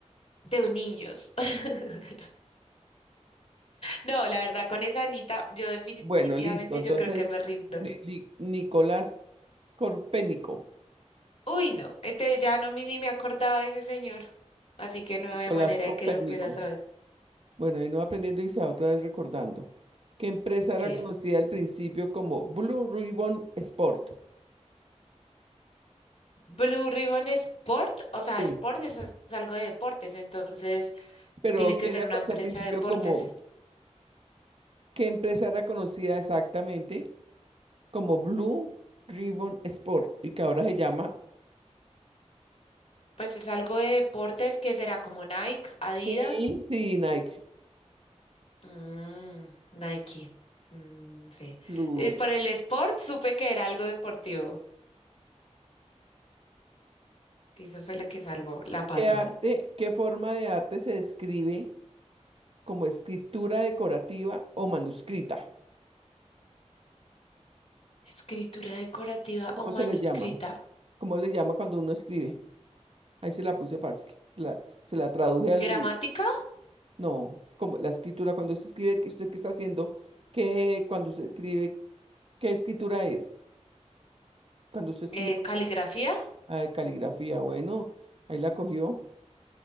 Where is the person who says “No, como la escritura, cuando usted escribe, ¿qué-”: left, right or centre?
Right